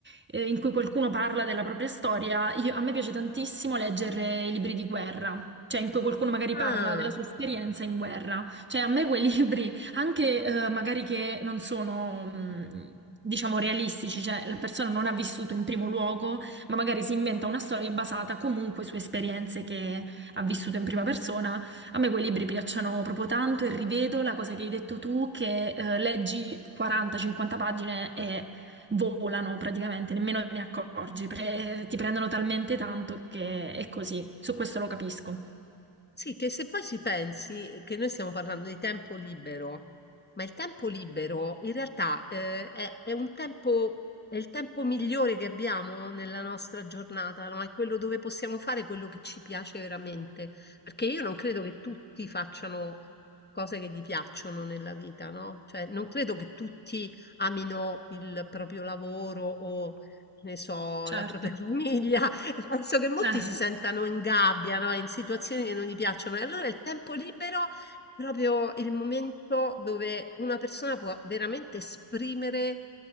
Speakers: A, on the right; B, on the left.
A: eh, in cui qualcuno parla della propria storia, io- a me piace tantissimo leggere i libri di guerra. Cioè, in cui qualcuno magari
B: Ah.
A: parla della sua esperienza in guerra. Cioè, a me quei <laughs> libri anche eh, magari che non sono, mh, diciamo, realistici, cioè la persona non ha vissuto in primo luogo, ma magari si inventa una storia basata comunque su esperienze che ha vissuto in prima persona. A me quei libri piacciono proprio tanto e rivedo la cosa che hai detto tu, che eh, leggi 40-50 pagine e volano praticamente, nemmeno te ne accorgi, pre- ti prendono talmente tanto che è così. Su questo lo capisco.
B: Sì, che se poi ci pensi eh, che noi stiamo parlando di tempo libero, ma il tempo libero in realtà eh, è, è un tempo, è il tempo migliore che abbiamo nella nostra giornata, no? È quello dove possiamo fare quello che ci piace veramente. Perché io non credo che tutti facciano cose che gli piacciono nella vita, no? Cioè, non credo che tutti amino il proprio lavoro o, che ne so,
A: Certo,
B: la propria <laughs> famiglia <laughs> Penso che molti
A: certo.
B: si sentano in gabbia, no? In situazioni che non gli piacciono. E allora il tempo libero è proprio il momento dove una persona può veramente esprimere